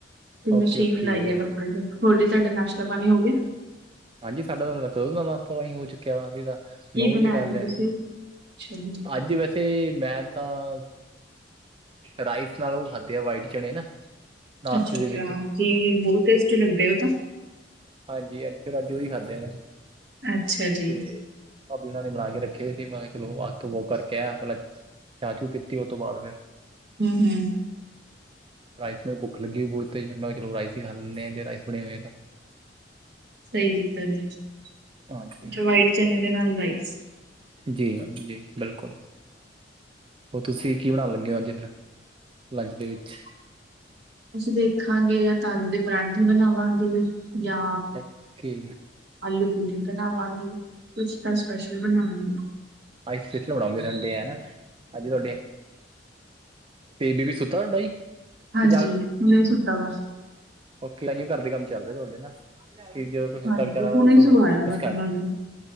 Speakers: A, on the right; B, on the right.
A: ਤੇ
B: ਓਕੇ
A: ਮਸ਼ੀਨ
B: ਓਕੇ
A: ਲਾਈ ਆ ਕੱਪੜੇ ਚ ਹੋਰ ਜ ਤੁਹਾਡਾ ਨਾਸ਼ਤਾ ਪਾਣੀ ਹੋ ਗਿਆ
B: ਹਾਂਜੀ ਸਾਡਾ ਤਾਂ ਕਦੋਂ ਦਾ ਨਾਸ਼ਤਾ ਪਾਣੀ ਹੋ ਚੁੱਕਿਆ ਵਾ ਸੀ ਤਾਂ
A: ਕੀ
B: ਨੌ
A: ਬਣਾਇਆ
B: ਵਜੇ ਕਰ ਲਿਆ
A: ਤੁਸੀਂ
B: ਸੀ
A: ਅੱਛਾ ਜੀ
B: ਅੱਜ ਵੈਸੇ ਮੈਂ ਤਾਂ ਰਾਈਸ ਨਾਲ ਉਹ ਖਾਦੇੇ ਆ ਵਾਈਟ ਚਣੇ ਨਾ ਨਾਸ਼ਤੇ
A: ਅੱਛਾ ਅੱਛਾ
B: ਦੇ ਵਿੱਚ
A: ਜੀ ਬਹੁਤ ਟੇਸਟੀ ਲੱਗਦਾ ਹੈ ਉਹ ਤਾਂ
B: ਹਾਂਜੀ ਅੱਜ ਫਿਰ ਅੱਜ ਉਹੀ ਖਾਧੇ ਵੀ
A: ਅੱਛਾ ਜੀ
B: ਤੇ ਭਾਬੀ ਹਨਾਂ ਨੇ ਬਣਾ ਕੇ ਰੱਖੇ ਹੋਏ ਸੀ ਬਾਹਰ ਲੋਕ ਆ ਕੇ ਉਹ ਕਰਕੇ ਆਇ ਪਹਿਲਾਂ ਚਾਹ ਪੀਤੀ ਉਹ ਤੋਂ ਬਾਅਦ ਫਿਰ
A: ਹਮ ਹਮ
B: ਹੂੰ ਰਾਈਸ ਮ ਭੁੱਖ ਲੱਗੀ ਹੋਈ ਬਹੁਤ ਤੇਜ਼ ਚੋ ਰਾਈ ਹੀ ਖਾ ਲੈਂਦੇ ਹ ਜਾਂ ਰਾਈਸ ਬਣੇ ਹੋਏ ਹੈ ਤਾਂ
A: ਸਹੀ ਕੀਤਾ ਜੀ
B: ਹਾਂਜੀ
A: ਵਾਈਟ ਚਨ ਦੇ ਨਾਲ ਰਾਈਸ
B: ਜੀ ਮੈਮ ਜੀ ਬਿਲਕੁਲ ਉਹ ਤੁਸੀਂ ਕੀ ਬਣਾ ਲੈਂਦੇ ਅੱਜ ਫਿਰ ਲੰਚ ਦੇ ਵਿੱਚ
A: ਅਸੀਂ ਦੇਖਾਂਗੇ ਜਾਂ ਆਲੂ ਦੇ ਪਰਾਂਠੇ ਬਣਾਵਾਂਗੇ ਜਾਂ
B: ਓਕੇ
A: ਆਲੂ ਪੂਰੀ ਬਣਾਵਾਂਗੇ ਕੁਛ ਤਾਂ ਸਪੈਸ਼ਲ ਬਣਾਵਾਂਗੇ
B: ਆਈਸ ਕਿੱਥੇ ਬਣਾਉਂਗੇ ਸੰਡੇ ਹਨਾ ਅੱਜ ਤੁਹਾਡੇ ਤੇ ਬੇਬੀ ਸੁੱਤਾ ਤੁਹਾਡਾ ਜੀ
A: ਹਾਂਜੀ
B: ਕਿ
A: ਹੁਣ ਇਹ ਸੁੱਤਾ ਵਾ
B: ਓਖੇ ਆਓ ਘਰ ਦੇ ਕੰਮ ਚੱਲ ਰਿਹਾ ਤੁਹਾਡੇ ਨਾ ਜਦੋਂ ਤੂੰ ਸੁੱਤਾ
A: ਹਾਂਜੀ
B: ਵਿਚਾਰਾ
A: ਹੁਣੇ
B: ਉਦੋਂ
A: ਸਵਾਇਆ
B: ਮੁਸ਼ਕਾਈ
A: ਵਾ ਤੁਹਾਨੂੰ